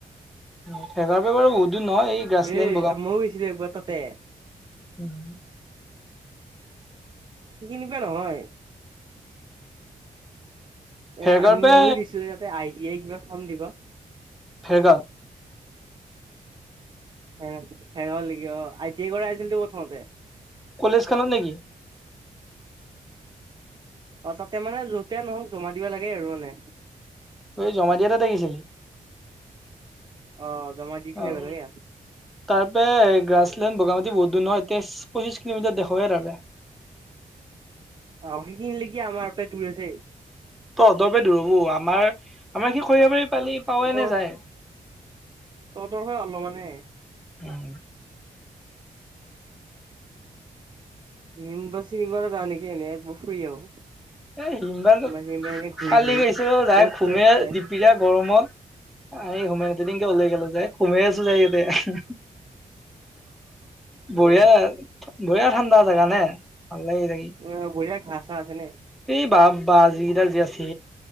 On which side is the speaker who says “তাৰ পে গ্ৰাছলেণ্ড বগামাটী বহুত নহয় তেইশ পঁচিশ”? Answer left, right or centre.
Centre